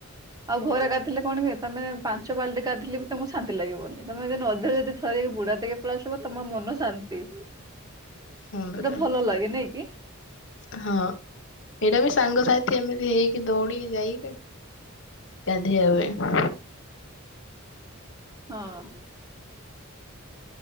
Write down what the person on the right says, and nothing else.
ଆଉ ଘରେ ଗାଧଇଲେ କଣ ହୁଏ ତମେ ପାଞ୍ଚ ବାଲ୍ଟି ଗାଧଇଲେ ବି ତମକୁ ଶାନ୍ତି ଲାଗିବନି, ତମେ ଯଦି ନଦୀ ରେ ଯଦି <unintelligible> ଆସିବ ତମ ମନ ଶାନ୍ତି।
ଗୋଟେ ଭଲ ଲାଗେ ନାଇଁ କି?
ହଁ।